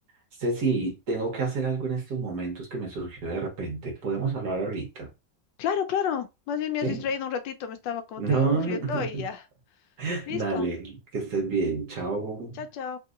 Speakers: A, on the right (about 65°); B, on the left (about 85°).
A: Ceci, tengo que hacer algo en estos momentos que me surgió de repente. Podemos hablar ahorita,
B: Claro, claro. Más bien me has
A: ¿sí?
B: distraído un ratito, me estaba, como
A: No.
B: te digo, aburriendo
A: <laughs>
B: y ya. Listo.
A: Dale, que estés bien. Chao.
B: Chao, chao.